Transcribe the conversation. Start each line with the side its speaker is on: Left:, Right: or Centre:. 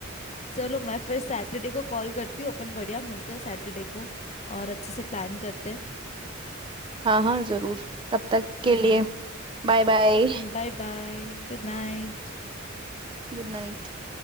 Left: चलो मैं फिर सैटरडे को कॉल करती हूँ अपन बढ़िया मिलते हैं सैटरडे को और अच्छे से प्लान करते
Right: हाँ हाँ जरूर तब तक के
Left: हैं हाँ
Right: लिए बाय बाय
Left: Bye bye good night
Right: गुड नाइट <laughs>